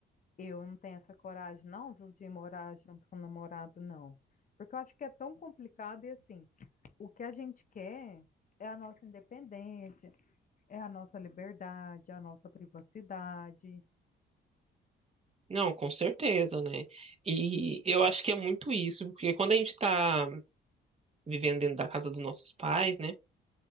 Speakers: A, on the left (about 40°); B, on the right (about 30°).
A: eu não tenho essa coragem, não, viu, de morar junto com o namorado, não. Porque eu acho que é tão complicado e assim, o que a gente quer é a nossa independência, é a nossa liberdade, é a nossa privacidade.
B: Não, com certeza, né? E eu acho que é muito isso, porque quando a gente tá vivendo dentro da casa dos nossos pais, né?